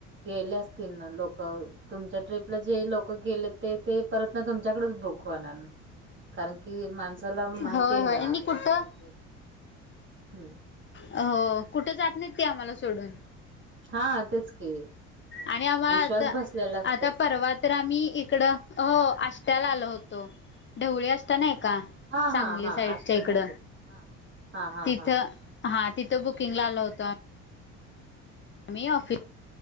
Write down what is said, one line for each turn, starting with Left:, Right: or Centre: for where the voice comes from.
Right: गेले असतील ना लोक तुमच्या ट्रिपला जे लोक गेले ते ते परत ना तुमच्याकडेच बुक होणार कारण कि माणसाला माहिती
Left: होय
Right: आहे
Left: होय
Right: ना
Left: मी
Right: आपल
Left: कुठं
Right: सगळ, हम्म
Left: हो कुठे चाललीत ते आम्हाला सोडून
Right: हा तेच की
Left: आणि आम्हाला
Right: विश्वास
Left: आता
Right: बसलेला असतोय
Left: आता
Right: ना
Left: परवा तर आम्ही इकडं हो अष्ट्याला आलो होतो ढवळ्या अष्ट नाही का
Right: हा
Left: सांगली
Right: हा हा
Left: साईडच्या
Right: आष्टे
Left: इकड,
Right: माहिती हा हा हा
Left: तिथं
Right: हा
Left: हा तिथं बुकिंग ला आलो होतो आम्ही ही ऑफि